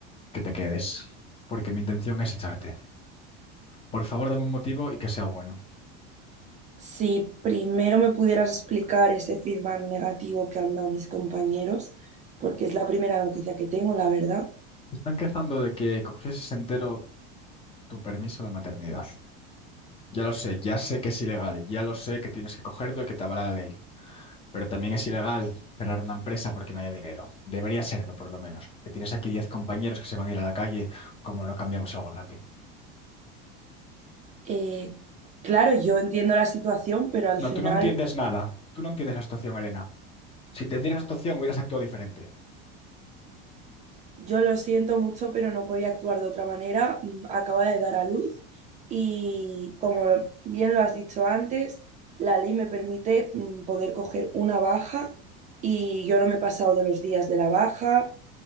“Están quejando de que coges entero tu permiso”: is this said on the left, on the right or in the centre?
Left